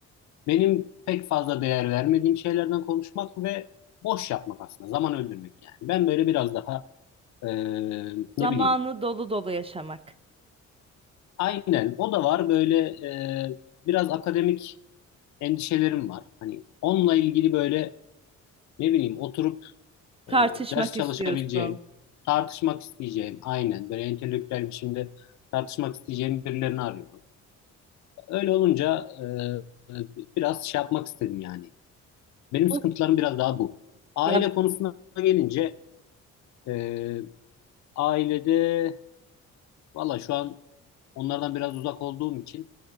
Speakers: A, on the left; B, on the right.
A: benim pek fazla değer vermediğim şeylerden konuşmak ve boş yapmak aslında. Zaman öldürmek yani. Ben böyle biraz daha e,
B: Zamanı
A: ne bileyim.
B: dolu dolu yaşamak.
A: Aynen o da var böyle e, biraz akademik endişelerim var. Hani onunla ilgili böyle ne bileyim oturup
B: Tartışmak
A: e, ders çalışabileceğim,
B: istiyorsun.
A: tartışmak isteyeceğim aynen böyle entelektüel biçimde tartışmak isteyeceğim birilerini arıyorum. Öyle olunca e, e, biraz şey yapmak istedim yani. Benim
B: Bu,
A: sıkıntılarım biraz daha bu. Aile
B: ya
A: konusuna gelince e, ailede valla şu an onlardan biraz uzak olduğum için